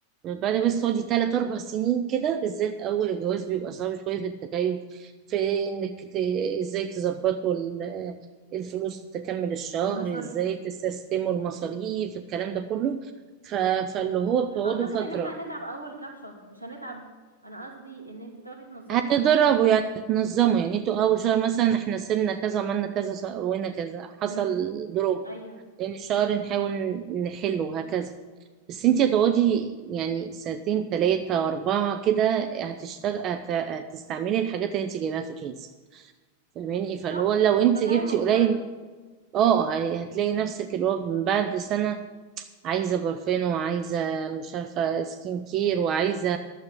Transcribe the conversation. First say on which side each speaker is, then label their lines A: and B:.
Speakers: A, on the right; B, on the right.
A: بعد بس تقعدي تلات أربع سنين كده بالذات أول الجواز بيبقى صعب شوية في التكيف في إنك ت... إزاي تظبطوا ال- الفلوس تكمل الشهر
B: المصاريف
A: إزاي تسيستموا المصاريف الكلام ده كله ف... فاللي هو بتقعدوا
B: اعتقد
A: فترة
B: ان احنا هنتعب اول كام شهر مش هنتعب انا قصدي ان انت تقعدي تنظمي
A: هتدربوا يعني هتنظموا يعني انتوا اول شهر مثلا احنا سيبنا كذا عملنا كذا سوينا كذا حصل
B: امم
A: دروب
B: ايوه
A: لان الشهر نحاول نحله هكذا بس انتي هتقعدي يعني سنتين تلاتة أربعة كده هتشتغل هت... هتستعملي الحاجات اللي انتي جايباها في كيس فاهماني فاللي
B: صح
A: هو لو انتي
B: فده
A: جبتي
B: هيوفر
A: قليل
B: لي
A: اه هي- هتلاقي نفسك اللي هو من بعد سنة عايزة برفان وعايزة مش عارفة سكين كير وعايزة